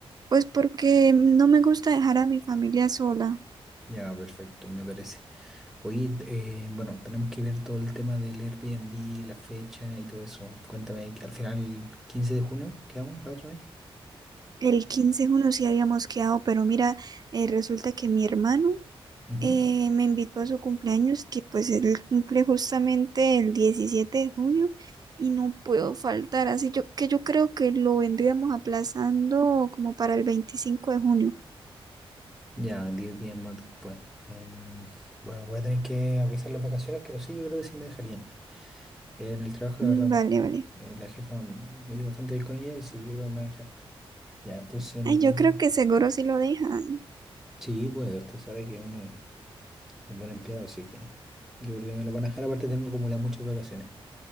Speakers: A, on the right; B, in the centre.
A: pues porque no me gusta dejar a mi familia sola.
B: Ya, perfecto, me parece. Oye, t- eh, bueno, tenemos que ver todo el tema del Airbnb, la fecha y todo eso. Cuéntame, al final, 15 de junio, ¿quedamos la otra vez?
A: El quince es uno sí habíamos quedado, pero mira, eh, resulta que mi hermano
B: Ujú.
A: eh, me invitó a su cumpleaños, que pues él cumple justamente el 17 de junio y no puedo faltar, así yo, que yo creo que lo vendríamos aplazando como para el 25 de junio.
B: Ya, diez días más después. Em, bueno, voy a tener que aplazar las vacaciones, pero sí, yo creo que sí me dejarían. en el trabajo,
A: Mm,
B: la verdad, bueno,
A: Vale, vale.
B: eh, la jefa m- me llevo bastante bien con ella y sí, yo creo que me va a dejar. Ya, entonces
A: Ay,
B: nos
A: yo
B: vamos.
A: creo que seguro sí lo dejan.
B: Sí, pues usted sabe que uno es buen empleado, así que yo creo que me lo van a dejar. Aparte, tengo acumuladas muchas vacaciones.